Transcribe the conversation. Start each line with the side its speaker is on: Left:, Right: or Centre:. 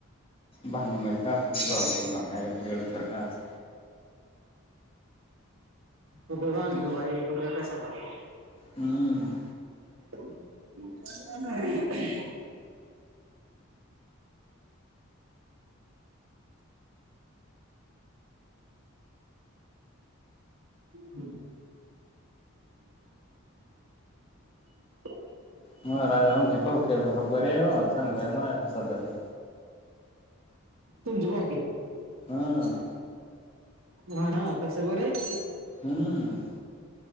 Left: भांना मार <inaudible> का भांडण दुसर का अस
Right: त का म्हणतो पाई क का कस पाहिल
Left: हम्म.
Right: ह हम्. <unintelligible>
Left: महाराज आमचे भाऊके बरे आहे हो सांगतय म सध्याच
Right: तुमची भावकी
Left: हम
Right: हा हा तसं बरं आहे
Left: हम्म.